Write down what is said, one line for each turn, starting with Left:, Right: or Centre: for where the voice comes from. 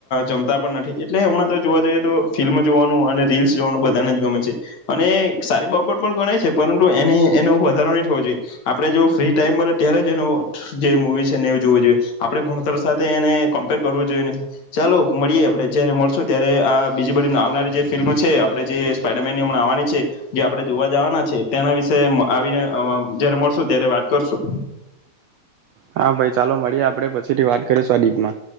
Left: જમતા પણ નથી એટલે હમણાં તો જોવા જઈએ તો ફિલ્મ રીસ જોવાનું બધાને જ ગમે છે, અને સારી બાબત પણ ગણાય છે પરંતુ એ એનો વધારો નહી થવો જોઈએ, આપણેે જો ફ્રી ટાઈમ મળ ત્યારે એનો જે મવી છેને જો જોઈએ, આપણે ભણતર સાથે એને કમ્પેર કરવું જોઈએ નહી, ચાલો મળીએ આપે જયારે મળશું ત્યારે આ બીજી ફિલ્મ છે આપણે જે સ્પડરમેનમવાની છે, જે આપણે જોવા જવાના છે તેના વિશે આવીને જયારે મળશું ત્યારે વાત કરશું.
Right: હા ભાઈ ચાલો મળીએ આપડે પછીથી વાત કરીશું આદીપમાં.